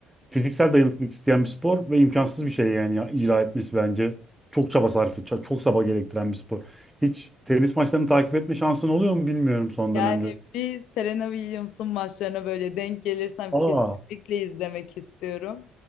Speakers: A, in the centre; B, on the left.
A: fiziksel dayanıklılık isteyen bir spor ve imkansız bir şey yani ya icra etmesi bence. Çok çaba sarf et, çok çaba gerektiren bir spor. Hiç tenis maçlarını takip etme şansın oluyor mu bilmiyorum son
B: yani
A: dönemde.
B: bir Serena Williams'ın maçlarına böyle denk gelirsem
A: Aa,
B: kesinlikle izlemek istiyorum.